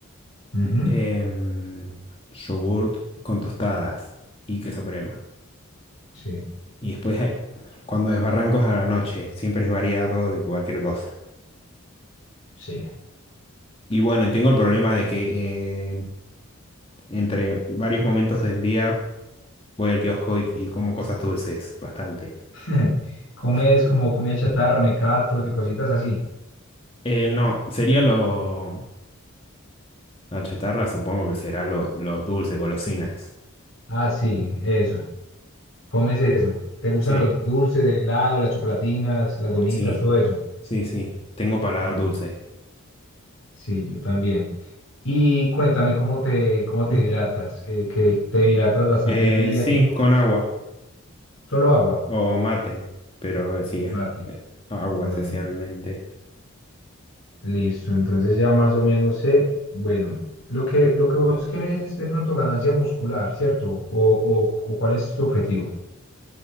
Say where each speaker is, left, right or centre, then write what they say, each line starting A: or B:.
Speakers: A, on the left; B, on the left.
A: Ujú,
B: em, yogurt con tostadas y queso crema.
A: Sí,
B: Y después eh, cuando desbarranco es a la noche, siempre es variado de cualquier cosa.
A: sí.
B: Y bueno, y tengo el problema de que eh, entre varios momentos del día voy al kiosco y y como cosas dulces, bastante.
A: <laughs> Comes
B: <laughs>
A: como comida chatarra, mecatos y cositas así.
B: Eh, no, sería lo... La chatarra supongo que será lo, lo dulce, golosinas.
A: Ah, sí, eso. Comes eso. ¿Te gustan
B: Sí,
A: los dulces, el helado, las chocolatinas, las gomitas,
B: sí,
A: todo eso?
B: sí, sí. Tengo paladar
A: Bueno,
B: dulce.
A: sí, yo también. Y cuéntame cómo te, cómo te
B: Mm.
A: hidratas, que, que te hidratas bastante
B: Eh,
A: el día,
B: sí,
A: que tomas.
B: con agua
A: Solo agua,
B: o mate, pero eh, sí,
A: mate.
B: eh, agua
A: Bueno.
B: esencialmente.
A: Listo, entonces ya más o menos sé, bueno, lo que, lo que vos querés es de pronto ganancia muscular, ¿cierto? O, o, o ¿cuál es tu objetivo?